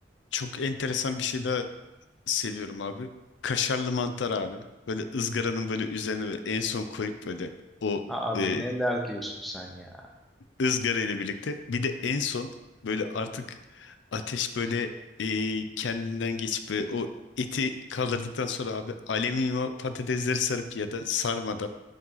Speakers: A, on the left; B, in the centre.
A: çok enteresan bir şey daha seviyorum abi. Kaşarlı mantar abi. Böyle ızgaranın böyle üzerine böyle en son koyup böyle o
B: Abi
A: e,
B: neler diyorsun sen ya?
A: ızgara ile birlikte. Bir de en son böyle artık ateş böyle e, kendinden geçip böyle o eti kaldırdıktan sonra abi alüminyum patatesleri sarıp ya da sarmadan